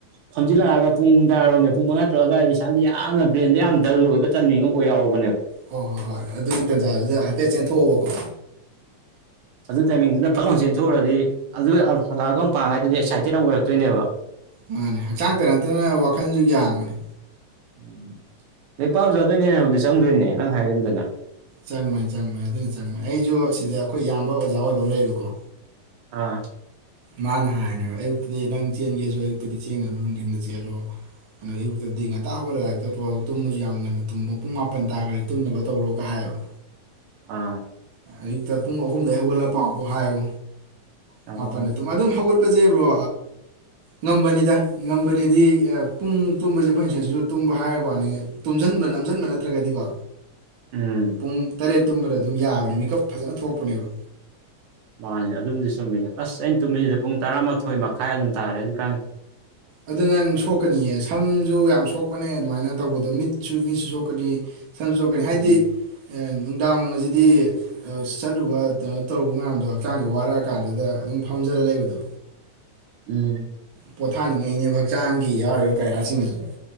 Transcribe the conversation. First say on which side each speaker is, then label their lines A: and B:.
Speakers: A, on the right; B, on the right.
A: ꯐꯝꯖꯤꯜꯂꯛꯑꯒ ꯄꯨꯡ ꯅꯨꯡꯗꯥꯏꯔꯣꯝꯒꯤ ꯄꯨꯡ ꯃꯉꯥ ꯇꯔꯨꯛ ꯑꯗꯨꯋꯥꯏꯗ ꯏꯁꯥꯒꯤ ꯌꯥꯝꯅ ꯕ꯭ꯔꯦꯟꯗ ꯌꯥꯝꯅ ꯗꯜ ꯑꯣꯏꯕ ꯇꯥꯏꯃꯤꯡ ꯑꯃ ꯑꯣꯏ ꯌꯥꯎꯕ
B: ꯍꯣꯏ ꯍꯣꯏ ꯍꯣꯏ ꯑꯗꯨ ꯇꯥꯟꯖꯥꯗꯨꯗ ꯍꯥꯏꯐꯦꯠ ꯆꯦꯟꯊꯣꯛꯑꯣꯕꯀꯣ
A: ꯑꯗꯨ ꯇꯥꯏꯃꯤꯡꯗꯨꯗ ꯄꯠ ꯂꯥꯎ ꯆꯦꯟꯊꯣꯛꯎꯔꯥꯗꯤ ꯑꯗꯨ ꯍꯜꯂꯥꯛꯒ ꯄꯥꯡꯉꯥꯏꯗꯨꯗꯤ ꯑꯦꯛꯁꯥꯏꯇꯦꯠ ꯑꯃ ꯑꯣꯏꯔꯛꯇꯣꯏꯅꯦꯕ
B: ꯃꯥꯅꯦ ꯍꯛꯆꯥꯡꯇ ꯅꯠꯇꯅ ꯋꯥꯈꯜꯁꯨ ꯌꯥꯡꯕꯅꯤ
A: ꯎꯝ ꯂꯩ ꯄꯥꯎ ꯑꯗꯨꯅ ꯍꯦꯟꯅꯕꯨꯗꯤ ꯆꯪꯗꯣꯏꯅꯦ ꯅꯪ ꯍꯥꯏꯒꯨꯝꯗꯅ
B: ꯆꯪ ꯕꯅꯤ ꯆꯪ ꯕꯥꯅꯤ ꯑꯗꯨꯅꯤ ꯆꯪ ꯃꯅꯤ ꯑꯩ ꯁꯨꯨ ꯁꯤꯗ ꯑꯩꯈꯣꯏ ꯌꯥꯝꯕ ꯑꯣꯖꯥ ꯑꯣꯏ ꯂꯝ ꯂꯩꯌꯦꯕꯀꯣ
A: ꯑꯥ
B: ꯃꯥꯅ ꯍꯥꯏꯔꯅꯦꯕ ꯑꯌꯨꯛꯇꯗꯤ ꯅꯪ ꯆꯦꯟꯒꯦꯁꯨ ꯑꯌꯨꯛꯇꯗꯤ ꯆꯦꯟꯒꯅꯨ ꯅꯨꯡꯊꯤꯟꯗ ꯆꯦꯜꯂꯣ ꯀꯩꯅ ꯏꯛꯇꯗꯤ ꯉꯉꯇ ꯍꯧꯕꯒ ꯂꯥꯛꯇ ꯑꯣ ꯇꯨꯝꯕꯁꯨ ꯌꯥꯝ ꯉꯟꯅ ꯇꯨꯝꯃꯣ ꯄꯨꯡ ꯃꯥꯄꯟ ꯇꯥꯈ꯭ꯔꯗꯤ ꯇꯨꯝꯅꯕ ꯇꯧꯔꯣꯒ ꯍꯥꯏꯌꯦꯕ
A: ꯑꯝ
B: ꯑꯌꯨꯛꯇ ꯄꯨꯡ ꯑꯍꯨꯝꯗꯒꯤ ꯍꯧꯒꯠꯂꯄꯥꯎꯕ ꯍꯥꯏꯌꯨ
A: ꯑꯣ
B: ꯃꯥꯄꯟ ꯑꯗꯨ ꯑꯗꯨꯝ ꯍꯧꯒꯠꯄ ꯆꯠꯄꯖꯦꯕ꯭ꯔꯣ ꯉꯝꯕꯅꯤꯗ ꯉꯝꯕꯅꯤꯗꯤ ꯄꯨꯡ ꯇꯨꯝꯕꯁꯦ ꯑꯩꯈꯣꯏ ꯉ ꯁꯁꯨ ꯇꯨꯝꯕ ꯍꯥꯏꯔꯕ ꯋꯥꯅꯤ ꯇꯨꯝꯁꯤꯟꯕ ꯅꯝꯁꯤꯟꯕ ꯅꯠꯇ꯭ꯔꯒꯗꯤꯀꯣ
A: ꯎꯝ
B: ꯄꯨꯡ ꯇꯔꯦꯠ ꯇꯨꯝꯕꯗ ꯑꯗꯨꯝ ꯌꯥꯕꯅꯦ ꯃꯤꯀꯞ ꯐꯖꯅ ꯊꯣꯛꯄꯅꯦꯕ
A: ꯃꯥꯅꯦ ꯑꯗꯨꯕꯨꯗꯤ ꯆꯨꯝꯃꯤꯅꯦ ꯑꯁ ꯑꯩꯅ ꯇꯨꯝꯃꯤꯁꯤꯗ ꯄꯨꯡ ꯇꯔꯥꯃꯥꯊꯣꯏ ꯃꯈꯥꯏ ꯑꯗꯨꯝ ꯇꯥꯔꯦ ꯍꯧꯖꯤꯛꯀꯥꯟꯅꯤ
B: ꯑꯗꯨ ꯅꯪ ꯁꯣꯛꯀꯅꯤꯑ ꯁꯝꯁꯨ ꯌꯥꯝ ꯁꯣꯛꯄꯅꯦ ꯑꯗꯨꯃꯥꯏꯅ ꯇꯧꯕꯗꯣ ꯃꯤꯠꯁꯨ ꯃꯤꯠꯁꯨ ꯁꯣꯛꯀꯅꯤ ꯁꯟ ꯆꯣꯛꯀꯅꯤ ꯍꯥꯏꯗꯤ
A: ꯎꯝ
B: ꯅꯨꯡꯗꯥꯡ ꯑꯁꯤꯗꯤ ꯆꯠꯂꯨꯕ ꯀꯩꯅꯣ ꯇꯧꯔꯨꯕ ꯃꯌꯥꯝꯗꯣ ꯍꯛꯆꯥꯡꯁꯦ ꯋꯥꯔꯛꯑꯀꯥꯟꯗꯨꯗ ꯑꯗꯨꯝ ꯐꯝꯖꯔ ꯂꯩꯕꯗꯣ
A: ꯎꯝ
B: ꯄꯣꯊꯥꯅꯤꯡꯉꯛꯅꯦꯕ ꯍꯛꯆꯥꯡꯒꯤ ꯌꯥꯎꯔꯤꯕ ꯀꯌꯥꯁꯤꯡꯁ